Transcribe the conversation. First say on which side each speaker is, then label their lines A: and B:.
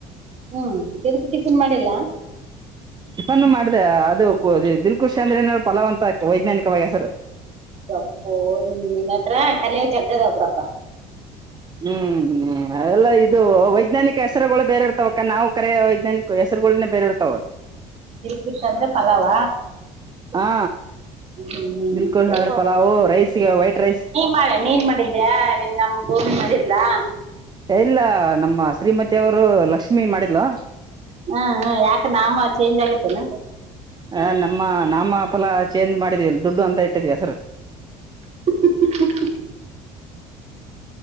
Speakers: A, on the right (about 45°); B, on the right (about 30°).
A: ಹ್ಮ್ ಎದಕ್ ಟಿಫಿನ್ ಮಾಡಿಲ್ಲಾ?
B: ಟೈಫನ್ನು ಮಾಡ್ದೇ ಅದು ದಿಲ್ಕುಶ್ ಅಂದ್ರೆ ಏನ್ ಫಲಾವ ಅಂತ ವೈಜ್ಞಾನಿಕವಾಗಿ ಹೆಸರು.
A: ಯಪ್ಪೋ ನಿನ್ನತ್ರ ಕಲೆ ಜಗ್ಗದ ಬಿಡಪ್ಪಾ.
B: ಹ್ಮ್ ಅದೆಲ್ಲ ಇದು ವೈಜ್ಞಾನಿಕ ಹೆಸರುಗಳು ಬೇರೆ ಇರ್ತವಕ್ಕ ನಾವು ಕರೆ ವೈಜ್ಞಾನಿಕ ಹೆಸರ್ಗೊಳ್ನೆ ಬೇರೆ ಇರ್ತಾವ.
A: ದಿಲ್ಕುಶ್ ಅಂದ್ರೆ ಪಲಾವ
B: ಹಾ
A: ಹ್ಮ್
B: ದಿಲ್ಕುಶ್ ಅಂದ್ರೆ ಪಲಾವೂ ರೈಸ್ಗೆ ವೈಟ್ ರೈಸ್
A: ಮಾಡೆ ನೀನ್ ಮಾಡಿದ್ಯಾ ನೀ ನಮ್ ಭೂಮಿ ಮಾಡಿದ್ಲಾ?
B: ಇಲ್ಲ ನಮ್ಮ ಶ್ರೀಮತಿ ಅವರು ಲಕ್ಷ್ಮೀ ಮಾಡಿದ್ಲು.
A: ಹ್ಮ್ ಹ್ಮ ಯಾಕ ನಾಮ ಚೇಂಜ್ ಆಗೆತ್ತೇನ.
B: ಹ ನಮ್ಮ ನಾಮ ಫಲ ಚೇಂಜ್ ಮಾಡಿದೀವಿಲ್ಲಿ ದುಡ್ಡು ಅಂತ ಇಟ್ಟಿದೀ ಹೆಸ್ರು.
A: <unintelligible>